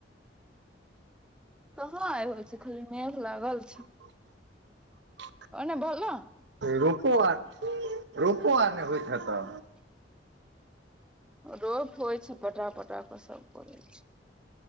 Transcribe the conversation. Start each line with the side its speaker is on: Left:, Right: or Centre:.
Centre: कहाँ आइ होए छै, खाली मेघ लागल छै
Right: <unintelligible>
Centre: ओने भेलऽ?
Right: रोपो आर रोपो आर नहि होइत हेतऽ
Centre: रोप होइ छै, पटा-पटा कऽ सभ करै छै